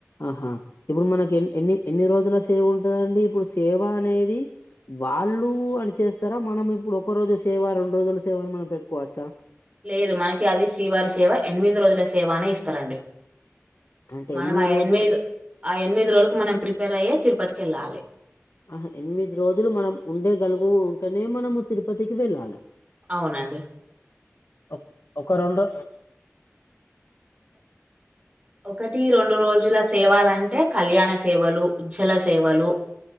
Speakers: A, on the left; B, on the right.
A: ఆహా ఇప్పుడు మనకి ఎన్నీ ఎన్ని ఎన్ని రోజుల సేవ ఉంటదండి ఇప్పుడు సేవ అనేది వాళ్ళు అని చేస్తారా మ మనం ఇప్పుడు ఒక రోజు సేవ రెండు రోజుల సేవ అని మనం పెట్టుకోవచ్చా
B: లేదు మనకి అది శ్రీవారి సేవ ఎనిమిది రోజుల సేవానే ఇస్తారండి
A: అంటే
B: మనం ఆ
A: రోజులు
B: ఎనిమిది ఆ ఎనిమిది రోజులకు మనం ప్రిపేర్ అయ్యే తిరుపతికి కెల్లాలె
A: ఆహా ఎనిమిది రోజులు మనం ఉండేగలుగు ఉంటేనే మనము తిరుపతికి వెళ్ళాల
B: అవునండి
A: ఒక్ ఒక రెండు
B: ఒకటి రెండు రోజుల సేవలంటే కళ్యాణ సేవలు ఉజ్జ్వల సేవలు